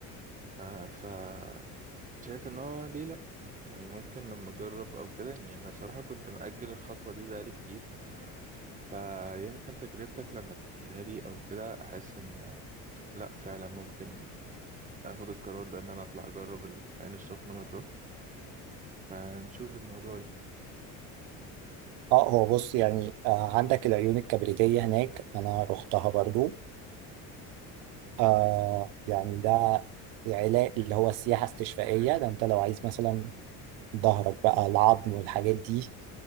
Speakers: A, on the right; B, on the right.
A: أه شايف ان هو ليه لا يعني ممكن لما اجرب او كده يعني انا صراحة كنت مأجل الخطوة دي بقالي كتير فيمكن تجربتك لما تحكيها لي او كده احس ان لا فعلا ممكن اخد القرار ده ان انا اطلع اجرب العين السخنة مرة فنشوف الموضوع ده
B: اه هو بص يعني آه عندك العيون الكبريتيه هناك انا رحتها برضو آه
A: جامد.
B: يعني ده العلاج اللي هو السياحه استشفائيه ده انت لو عايز مثلا ظهرك بقى العظم والحاجات دي